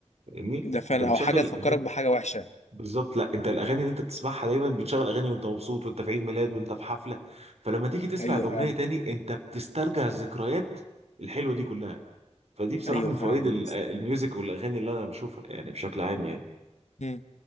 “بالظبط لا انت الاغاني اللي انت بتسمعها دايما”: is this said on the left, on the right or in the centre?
Right